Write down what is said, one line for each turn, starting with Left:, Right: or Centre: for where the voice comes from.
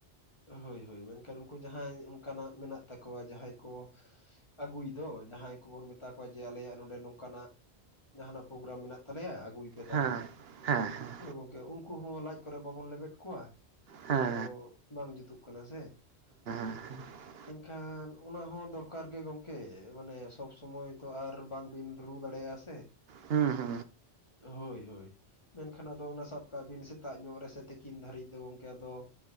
Left: ᱦᱳᱭ ᱦᱳᱭ ᱢᱮᱱᱠᱷᱟᱱ ᱩᱱᱠᱩ ᱡᱟᱦᱟᱸᱭ ᱚᱱᱠᱟᱱᱟᱜ ᱢᱮᱱᱟᱜ ᱛᱟᱠᱚᱣᱟ ᱡᱟᱦᱟᱸᱭ ᱠᱚ ᱟᱜᱩᱭ ᱫᱚ ᱡᱟᱦᱟᱸᱭ ᱠᱚᱵᱚᱱ ᱢᱮᱛᱟ ᱠᱚᱣᱟ ᱡᱮ ᱟᱞᱮᱭᱟᱜ ᱱᱚᱰᱮ ᱱᱚᱝᱠᱟᱱᱟᱜ ᱼᱼ ᱡᱟᱦᱟᱸᱱᱟᱜ ᱯᱨᱳᱜᱨᱟᱢ ᱢᱮᱱᱟᱜ ᱛᱟᱞᱮᱭᱟ ᱟᱜᱩᱭ ᱯᱮ ᱛᱟᱦᱞᱮ᱾
Right: ᱦᱮᱸ ᱦᱮᱸ ᱦᱮᱸ
Left: ᱦᱳᱭ ᱜᱚᱝᱠᱮ ᱩᱱᱠᱩ ᱦᱚᱸ ᱞᱟᱡ ᱠᱚᱨᱮ ᱵᱟᱵᱚᱱ ᱞᱮᱵᱮᱫ ᱠᱚᱣᱟ
Right: ᱦᱮᱸ
Left: ᱚᱱᱟ ᱫᱚ ᱵᱟᱝ ᱡᱩᱛᱩᱜ ᱠᱟᱱᱟ ᱥᱮ᱾
Right: <unintelligible>
Left: ᱮᱱᱠᱷᱟᱱ ᱚᱱᱟ ᱦᱚᱸ ᱫᱚᱨᱠᱟᱨ ᱜᱮ ᱜᱚᱝᱠᱮ ᱢᱟᱱᱮ ᱥᱚᱵ ᱥᱚᱢᱚᱭ ᱛᱚ ᱟᱨ ᱼᱼ ᱵᱟᱝ ᱵᱤᱱ ᱨᱩ ᱫᱟᱲᱮᱭᱟᱜᱼᱟ ᱥᱮ᱾
Right: ᱦᱩᱸᱦᱩᱸ
Left: ᱦᱳᱭ ᱦᱳᱭ ᱢᱮᱱᱠᱷᱟᱱ ᱟᱫᱚ ᱚᱱᱟ ᱥᱟᱵ ᱠᱟᱜ ᱵᱤᱱ ᱥᱮᱛᱟᱜ ᱧᱚᱜ ᱨᱮ ᱥᱮ ᱛᱤᱠᱤᱱ ᱫᱷᱟᱨᱤᱡ ᱫᱚ ᱜᱚᱝᱠᱮ ᱟᱫᱚ ᱼᱼ